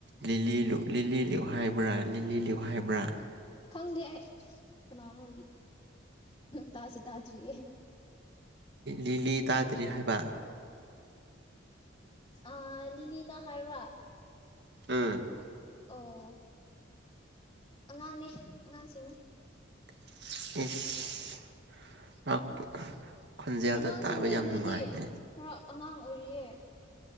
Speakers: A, on the right; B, on the left.
A: ꯂꯤꯂꯤ ꯂꯤꯂꯤ ꯂꯨꯏ ꯍꯥꯏꯕ꯭ꯔꯥ ꯂꯤꯂꯤ ꯂꯨꯏ ꯍꯥꯏꯕ꯭ꯔꯥ
B: ꯈꯪꯗꯦ ꯑꯩ ꯀꯅꯥꯅꯣ ꯇꯥꯁꯨ ꯇꯥꯗ꯭ꯔꯤꯌꯦ
A: ꯂꯤꯂꯤ ꯇꯥꯗ꯭ꯔꯤ ꯍꯥꯏꯕ
B: ꯑꯥ ꯂꯤꯂꯤꯅ ꯍꯥꯏꯕ꯭ꯔꯥ
A: ꯎꯝ
B: ꯑꯣ ꯑꯉꯥꯡꯅꯦ ꯑꯉꯥꯡꯁꯤꯡꯅꯦ
A: <unintelligible>
B: ꯑꯉꯥꯡꯁꯤꯡꯅꯦ
A: ꯇꯥꯕ ꯌꯥꯝ
B: ꯃꯣꯏꯗꯤ
A: ꯅꯨꯡꯉꯥꯏꯅꯦ
B: ꯈꯔ ꯑꯉꯥꯡ ꯑꯣꯏꯔꯤꯌꯦ